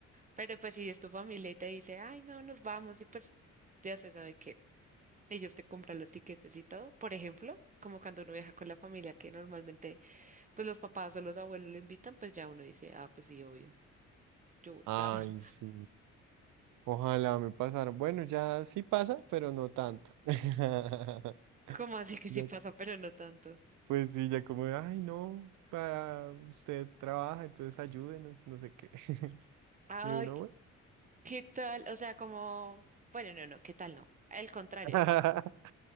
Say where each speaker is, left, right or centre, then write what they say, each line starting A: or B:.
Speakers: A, on the right; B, on the right.
A: Pero pues si es tu familia y te dice, ay, no, nos vamos, y pues ya se sabe que ellos te compran los tiquetes y todo, por ejemplo, como cuando uno viaja con la familia, que normalmente pues los papás o los abuelos le invitan, pues ya uno dice, ah, pues sí, obvio, yo voy,
B: Ay,
A: vamos.
B: sí. Ojalá me pasara. Bueno, ya sí pasa, pero no tanto. <laughs>
A: <laughs> Como así que
B: Ya
A: sí pasa, pero no tanto.
B: Pues sí, ya como, de, ay, no, para usted trabaja, entonces ayúdenos, no sé qué. <laughs>
A: Ay,
B: Y uno,
A: ¿qué
B: bueno,
A: qué tal? O sea, como, bueno, no, no, ¿qué tal no? Al contrario,
B: <laughs>